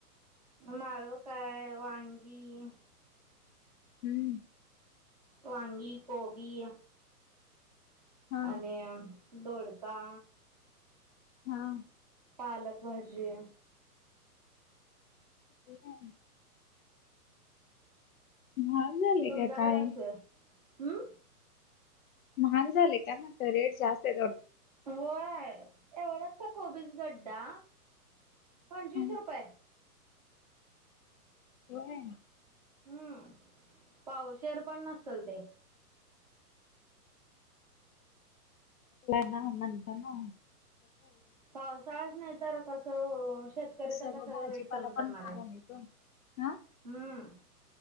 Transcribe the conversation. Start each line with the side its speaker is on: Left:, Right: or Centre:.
Right: माळव काय वांग हिंग
Left: हम्म
Right: वांगी गोबी
Left: हा
Right: आणि अ दोडका
Left: हा
Right: पालक भाजी
Left: <inaudible> महाग झाले
Right: तुमचा
Left: का काय
Right: कधी असतोय हम्म
Left: महाग झालय की काय म रेट जास्त आहे
Right: होय एवढंस कोबीज गडडा पंचवीस
Left: हं
Right: रुपये
Left: होय
Right: हम्म पावशेर पण नसल ते
Left: ना म्हणता ना
Right: पावसाळच नाही तर कसं शेतकरी
Left: सर्व
Right: तर कस
Left: भाजीपाला
Right: रेट कमी करणार
Left: पण महाग
Right: आहे
Left: झालाय गं. हा
Right: हम्म